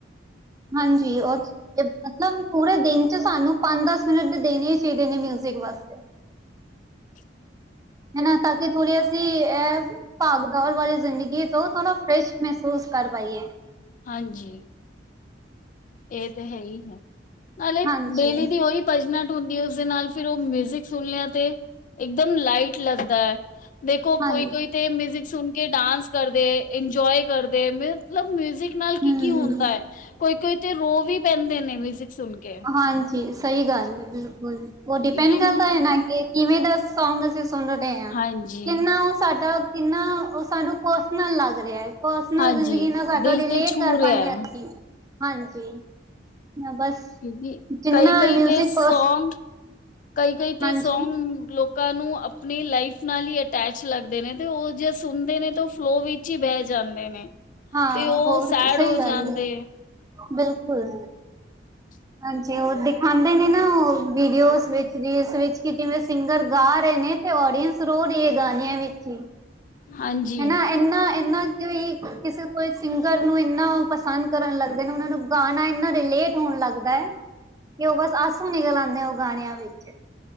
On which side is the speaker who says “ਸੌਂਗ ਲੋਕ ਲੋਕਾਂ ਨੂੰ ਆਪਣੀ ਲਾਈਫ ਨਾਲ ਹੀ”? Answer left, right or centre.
Left